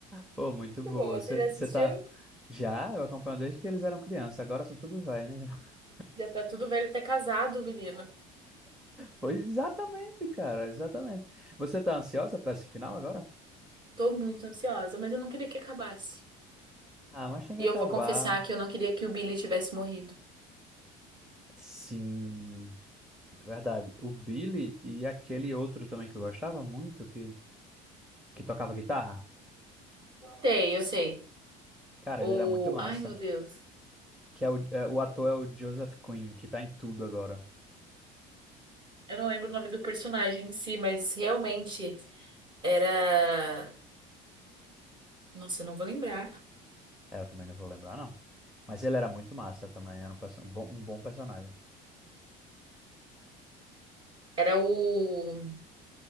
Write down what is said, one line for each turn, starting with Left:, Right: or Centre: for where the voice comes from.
Centre: Pô, muito
Right: Muito
Centre: boa.
Right: boa. Você
Centre: Você
Right: já assistiu?
Centre: tá. Já, eu acompanho desde que eles eram crianças, agora são tudo vai, né? <laughs>
Right: Já tá tudo velho até casado, menino.
Centre: Pois exatamente, cara, exatamente. Você tá ansiosa pra esse final agora?
Right: Tô muito ansiosa, mas eu não queria que acabasse.
Centre: Ah, mas tem que
Right: E
Centre: acabar.
Right: eu vou confessar que eu não queria que o Billy tivesse morrido.
Centre: Sim, verdade. O Billy e aquele outro também que eu gostava muito, que, que tocava guitarra.
Right: Sei, eu sei.
Centre: Cara,
Right: O.
Centre: ele era muito massa.
Right: Ai, meu Deus.
Centre: Que é o, é, o ator é o Joseph Quinn, que tá em tudo agora.
Right: Eu não lembro o nome do personagem em si, mas realmente era. Nossa, eu não vou lembrar.
Centre: É, eu também não vou lembrar, não. Mas ele era muito massa também, era um, perso- bom- um bom personagem.
Right: Era o